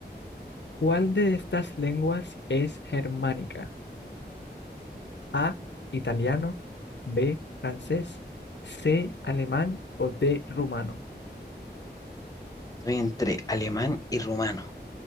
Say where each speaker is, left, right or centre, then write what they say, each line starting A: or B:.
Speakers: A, on the left; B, on the left.
A: ¿Cuál de estas lenguas es germánica? A, italiano, B, francés, C, alemán o D, rumano.
B: Estoy entre alemán y rumano.